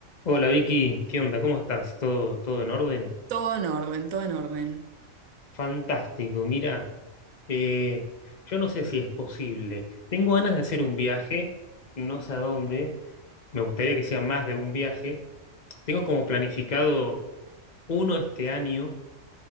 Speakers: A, on the left; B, on the right.
A: Hola Vicky, ¿qué onda? ¿Cómo estás? ¿Todo, todo en orden?
B: Todo en orden, todo en orden.
A: Fantástico, mira, eh, yo no sé si es posible. Tengo ganas de hacer un viaje, no sé a dónde, me gustaría que sea más de un viaje. Tengo como planificado uno este año